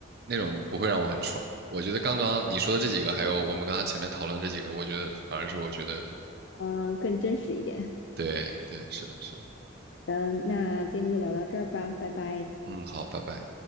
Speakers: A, on the right; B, on the left.
A: 那种不会让我很爽。我觉得刚刚你说的这几个，还有我们刚刚前面讨论这几个，我觉得反而是我觉得很
B: 嗯，更真实一点。
A: 对对，是的，是的，
B: <laughs> 嗯，那今天就聊到这儿吧，拜拜。
A: 嗯，好，拜拜。